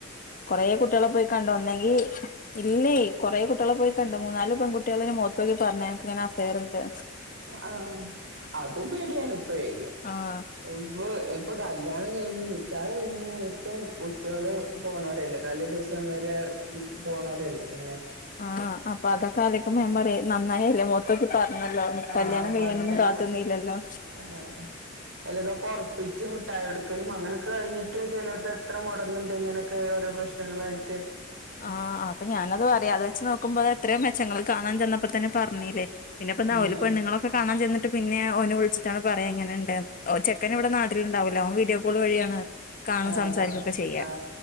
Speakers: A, on the left; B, on the right.
A: കൊറെ കുട്ട്യേളെ പോയി കണ്ട് വന്നെങ്കി ഇല്ലേ കുറെ കുട്ടിളെ പോയി കണ്ട് മൂന്നാല് പെൺകുട്ട്യേള് മൊത്തോക്കി പറഞ് എനക്ക്ങ്ങനെ അഫെയർണ്ട്
B: ആഹ് അതും പേടിയെന്നു ഇപ്പഴേ
A: ആഹ്
B: ഇപ്പ ഇപ്പൊ കല്യാണം കഴിഞ്ഞ് നിക്കാഹ് കഴിഞ്ഞിട്ടും കുട്ട്യേള് പോണോരല്ലേ തലെ ദിവസം വരെ പോണോരല്ലേ ഇങ്ങനെ
A: ആഹ് അപ്പൊ അതൊക്കെ അലോയ്ക്കുമ്പോ ഞാൻ പറയും നന്നായല്ലേ മൊ ഇത്തൊക്കെ പറഞ്ഞല്ലോ
B: ആഹ്
A: കല്യാണം കയ്യാനൊന്നും
B: പറഞ്ഞല്ലോ
A: കാത്തിന്നില്ലല്ലോ
B: ആഹ് അല്ലതൊക്കെ ഉറപ്പിച്ച് മുട്ടായോടുക്കലും അങ്ങനോക്കെ കഴിഞ്ഞിട്ട് ചിലർക്ക് എത്ര മുടങ്ങുണ്ട് ഇങ്ങനെക്കെ ഓരോ പ്രശ്ന പ്രശ്നങ്ങളായിറ്റ്
A: ആ അപ്പ ഞാനത് പറ്യാ അത് വെച്ച് നോക്കുമ്പോ അത് എത്രയും മെച്ചങ്ങള് കാണാൻ ചെന്നപ്പോ തന്നെ പറഞ്ഞീല്ലേ പിന്നെപ്പൊന്താ
B: ആഹ്
A: ഓല് പെണ്ണ്
B: ആഹ്
A: ങ്ങളൊക്കെ കാണാൻചെന്ന്ട്ട് പിന്നെയാ ഓന് വിൾച്ച്ട്ടാണ് പറ്യാ ഇങ്ങനണ്ട്ന്ന് ഓ ചെക്കൻന് ഇവ്ടെ നാട് ട്ട്ല് ഉണ്ടാവൂല ഓൻ വീഡിയോ കോള് വഴിയാണ് കാണും
B: ആ
A: സംസാരിക്കൊക്കെ
B: കാ
A: ചെയ്യാ
B: കാ